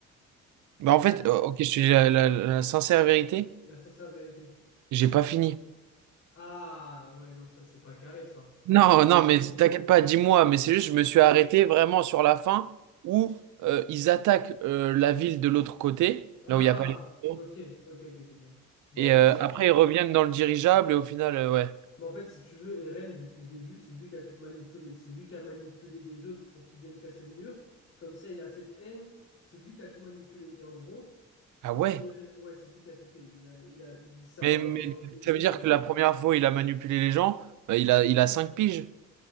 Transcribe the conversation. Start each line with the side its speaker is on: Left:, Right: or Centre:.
Right: Bah, en fait,
Left: Euh,
Right: euh, ok, je te dis la, la- la sincère vérité,
Left: La sincère vérité.
Right: j'ai pas fini.
Left: Ah, ouais, non, ça, c'est pas carré, ça.
Right: Non,
Left: Pour un
Right: non,
Left: peu-
Right: mais t'inquiète pas, dis-moi, mais c'est juste, je me suis arrêté vraiment sur la fin où euh, ils attaquent euh, la ville de l'autre côté,
Left: Ah,
Right: là où il n'y a pas les Titans,
Left: ok, ok, ok, ok. ok. Bah,
Right: et
Left: en fait,
Right: euh,
Left: si
Right: après
Left: tu veux...
Right: ils reviennent dans le dirigeable et au final, euh, ouais.
Left: Bah, en fait, si tu veux, Eren, depuis le début, c'est lui qui a tout manipulé. C'est lui qui a manipulé les autres pour qu'ils viennent casser le mur. Comme ça, il a cette haine. C'est lui qui a tout manipulé. Et en gros,
Right: Ah
Left: quand
Right: ouais?
Left: Eren... Ouais, c'est lui qui a tout fait. Il a- il a- il- ça
Right: Mais,
Left: part
Right: mais
Left: dans un délire...
Right: ça veut dire
Left: euh,
Right: que la première fois, il a manipulé les gens, bah, il a, il a 5 piges.